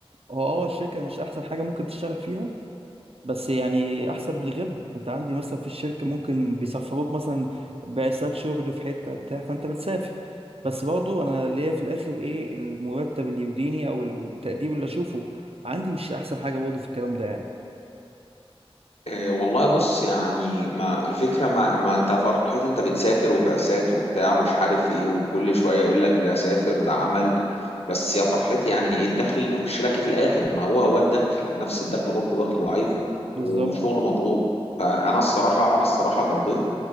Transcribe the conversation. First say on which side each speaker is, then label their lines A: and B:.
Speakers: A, on the right (about 70°); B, on the left (about 80°).
A: هو اه الشركه مش احسن حاجه ممكن تشتغل فيها بس يعني احسن من غيرها انت عندي مثلا في الشركه ممكن بيسفروك مثلا بعثات شغل في حته بتاع فانت بتسافر بس برضو انا ليا في الاخر ايه المرتب اللي يديني او التقدير اللي اشوفه عندي مش احسن حاجه برضو في الكلام ده يعني
B: إيه والله بص يعني ما الفكرة ما, ما انت فرحتي انت بتسافر وبعثات وبتاع ومش عارف ايه وكل شوية يقول لك ده سافر ده عمل بس يا فرحتي يعني ايه الدخل اللي بيخش لك ايه في الاخر ما هو هو الدخل نفس الدخل برضه دخل ضعيف
A: بالظبط
B: وشغل مضغوط فانا الصراحة انا الصراحة قضيت